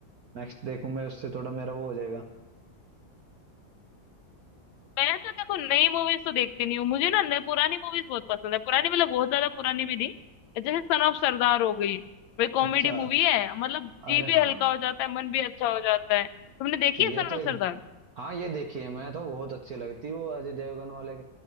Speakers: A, on the right; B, on the left.
A: नेक्स्ट देखूं मैं उससे थोड़ा मेरा वो हो जाएगा
B: मैं तो देखो नई मूवीज तो देखती नहीं हूँ मुझे ना नई पुरानी मूवीज बहुत पसंद है पुरानी मतलब बहुत ज्यादा पुरानी भी नहीं जैसे सन ऑफ सरदार हो गई वे
A: अच्छा
B: कॉमेडी मूवी है मतलब जी
A: अरे
B: भी
A: हाँ
B: हल्का हो जाता है मन भी अच्छा हो जाता है तुमने देखी
A: ये
B: है सन
A: तो एक
B: ऑफ सरदार
A: हाँ ये देखिए मैं तो बहुत अच्छी लगती है वो अजय देवगन वाले के